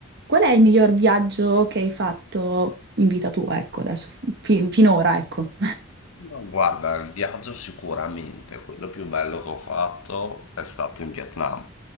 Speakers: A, on the right; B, on the left.
A: Qual è il miglior viaggio che hai fatto in vita tua, ecco, adesso, fi- finora, ecco.
B: No, Guarda, il viaggio sicuramente, quello più bello che ho fatto è stato in Vietnam.